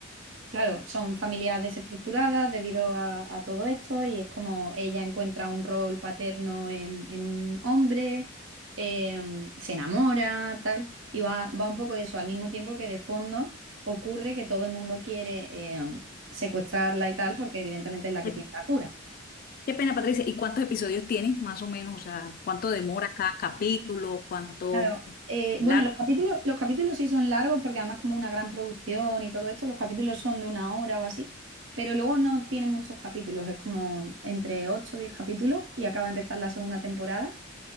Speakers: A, on the right (about 70°); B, on the left (about 45°).
A: Claro, son familias desestructuradas debido a, a todo esto y es como ella encuentra un rol paterno en, en un hombre, em, se enamora, tal, y va, va un poco de eso, al mismo tiempo que de fondo ocurre que todo el mundo quiere em, secuestrarla y tal, porque evidentemente es la que
B: Sí.
A: tiene la cura.
B: Qué pena, Patricia. ¿Y cuántos episodios tienes, más o menos? O sea, ¿cuánto demora cada capítulo? ¿Cuánto
A: Claro. Eh,
B: largo?
A: bueno, los capítulos, los capítulos sí son largos porque además como una gran producción y todo esto, los capítulos son de una hora o así, pero luego no tiene muchos capítulos, es como entre 8, o 10 capítulos y acaba de empezar la segunda temporada.